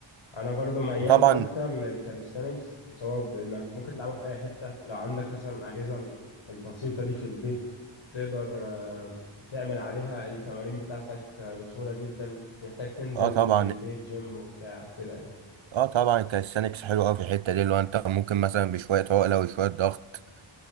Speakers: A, on the left; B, on the right.
A: انا برضو ميال
B: وطبعا
A: اكتر للكاليستانكس بسبب انك ممكن تلعبه في اي حته لو عندك مثلا الاجهزه ال- البسيطه دي في البيت تقدر آه، تعمل عليها التمارين بتاعتك آه، بسهوله جدا مش محتاج تنزل
B: اه
A: من
B: طبعا
A: البيت جيم وبتاع كده يعني.
B: اه طبعا الكاليستانكس حلو قوي في الحته دي اللي هو انت ممكن مثلا بشويه عقله وشويه ضغط